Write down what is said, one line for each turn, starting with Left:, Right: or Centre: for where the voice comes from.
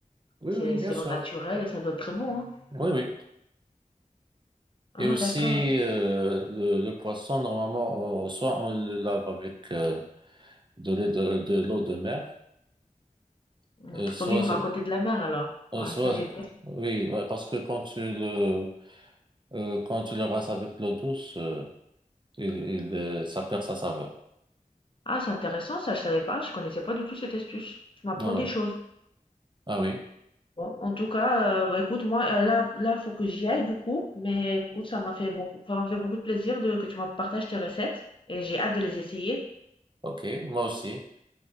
Right: Oui,
Left: C'est,
Right: oui, bien
Left: c'est
Right: sûr.
Left: au naturel et ça doit être très bon, hein.
Right: Oui, oui.
Left: Ah,
Right: Et aussi,
Left: d'accord.
Right: euh, le, le poisson, normalement, on- soit on le lave avec euh, de l'eau de, de l'eau de mer,
Left: Mhm.
Right: euh, soit,
Left: Faut vivre
Right: c'est-
Left: à côté de la mer, alors. Ouais,
Right: euh, soit,
Left: ça, j'ai pas.
Right: oui, bah, parce que quand tu le, euh, quand tu le rinces avec de l'eau douce, euh, Il, il, euh, ça perd sa saveur.
Left: Ah, c'est intéressant. Ça, je savais pas. Je connaissais pas du tout cette astuce. Tu m'apprends
Right: Ouais.
Left: des choses.
Right: Ah oui,
Left: Bon, en tout cas, euh, bah, écoute, moi, euh, là, là, faut que j'y aille du coup. Mais écoute, ça m'a fait beaucoup, ça m'a fait beaucoup de plaisir de, que tu m'as partagé tes recettes et j'ai hâte de les essayer.
Right: ok, moi aussi.